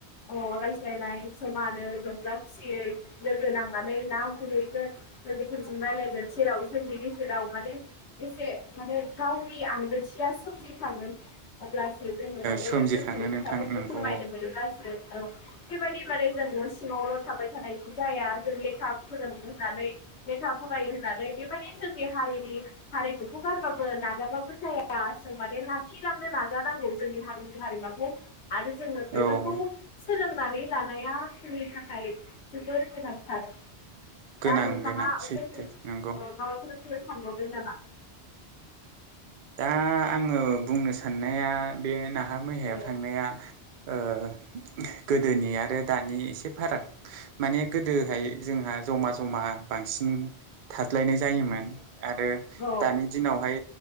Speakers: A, on the left; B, on the right.
A: औ रायलायनाय समोमानो रंजा खुसियै लोगो नांनानै ना गुरहैगोन लोगोफोरजों रायज्लायगोन सेराव जोंनि गेजेराव माने एसे माने गावनि आंगोथिया सोमजिखाङो अब्लासो जोङो माने
B: सोमजिखाङो
A: गोसोनि खोथाफोरखौ
B: नोंथां नोंगौ
A: फोरमायनो मोनब्लासो औ बेबायदि माने जोंङो सिङावल' थाबाय थानाय जाया जों लेखा फोरोंङो होननानै लेखा फरायायो होननानै माने जोंनि हारिनि हारिमुखौ गारबाबो नागारबाबो जाया जों माने लाखिलांनो नाजानांगौ जोंनि हारिनि हारिमाखौ आरो जोंङो बेफोरखौ
B: औ
A: सनानै लानाया जोंनि थाखाय जोबोर गोनांथार। दा
B: गोनां
A: नोंथाङा
B: गोनां सैथो
A: जोंखौ
B: नंगौ
A: ओ माबाफोर खनो सानबावदोंन नामा?
B: दा आङो बुंनो साननाया बे ना हाहा मैहायाव
A: औ
B: थांनाया ओ गोदोनि आरो दानि एसे फाराग माने गोदोहाय जोंहा जमा जमा बांसिन थाज्लायनाय जायोमोन आरो
A: औ
B: दानि दिनावहाय